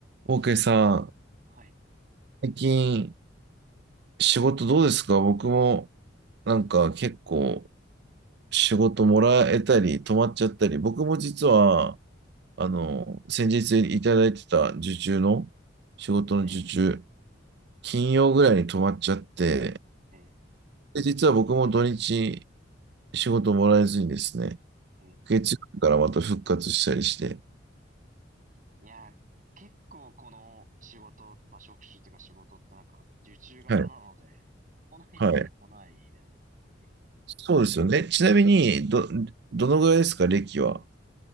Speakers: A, on the right; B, on the right.
A: オーケーさん、
B: はい。
A: 最近仕事どうですか僕もなんか結構仕事もらえたり止まっちゃったり、僕も実はあの先日いただいてた受注の仕事の受注、
B: ええ、
A: 金曜ぐらいに止まっちゃって、
B: ええ、
A: で、実は僕も土日仕事もらえずにですね、
B: ええ。
A: 月曜日からまた復活したりして、
B: いやー、結構この仕事、まあ、職種っていうか仕事ってなんか、受注型なので、
A: はい、
B: 来ないときは来ないですよね。
A: はい。
B: やりすぎちゃったり。
A: そうですよね。ちなみに、ど、どのぐらいですか、歴は。